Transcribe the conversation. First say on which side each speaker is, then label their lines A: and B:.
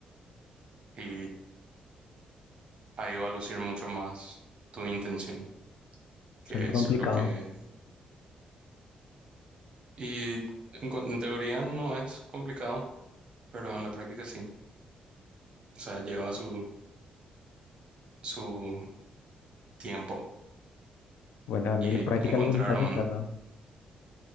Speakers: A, on the right; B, on the left.
A: Y ahí va a lucir mucho más tu intención,
B: Suena
A: que
B: complicado.
A: es lo que... Y en, co- en teoría no es complicado, pero en la práctica sí. O sea, lleva su, su tiempo.
B: Bueno, a mí
A: y
B: la práctica
A: encontrar
B: es lo que me está
A: un
B: costando.